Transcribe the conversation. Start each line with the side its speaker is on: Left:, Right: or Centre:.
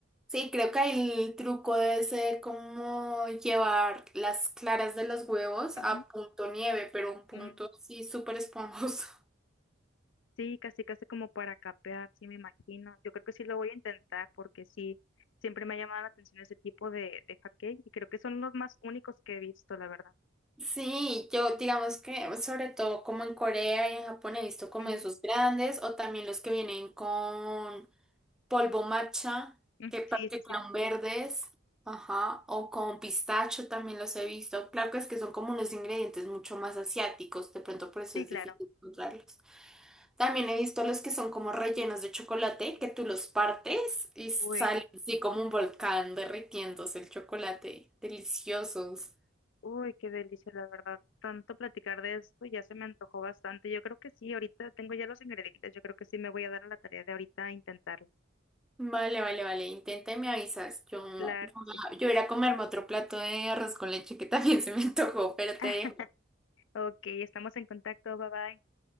Centre: Sí, creo que ahí el truco debe ser como llevar las claras de los huevos
Left: Ujú,
Centre: a punto nieve, pero un punto
Left: mm,
Centre: sí súper esponjoso. <laughs>
Left: Sí, casi, casi como para capear, sí me imagino. Yo creo que sí lo voy a intentar porque sí, siempre me ha llamado la atención ese tipo de, de hotcakes y creo que son los más únicos que he visto, la verdad.
Centre: Sí, yo digamos que sobre todo como en Corea y en Japón he visto como
Left: Ujú,
Centre: esos grandes o también los que vienen con polvo matcha,
Left: mm,
Centre: que practican
Left: Sí, sí, sí.
Centre: verdes, ajá, o con pistacho también los he visto. Claro que es que son como unos ingredientes mucho más asiáticos, de pronto por eso
Left: Sí,
Centre: es
Left: claro.
Centre: difícil encontrarlos. También he visto los que son como rellenos de chocolate, que tú los partes y sale
Left: Uy.
Centre: así como un volcán derritiéndose el chocolate. Deliciosos.
Left: Uy, qué delicia, la verdad. Tanto platicar de esto ya se me antojó bastante. Yo creo que sí, ahorita tengo ya los ingredientes. Yo creo que sí me voy a dar a la tarea de ahorita intentarlo.
Centre: Vale, vale, vale. Intenta y me avisas. Yo,
Left: Claro
Centre: yo,
Left: que sí.
Centre: yo iré a comerme otro plato de arroz con leche que también se me antojó, pero
Left: <laughs>
Centre: te dejo.
Left: Ok, estamos en contacto. Bye bye.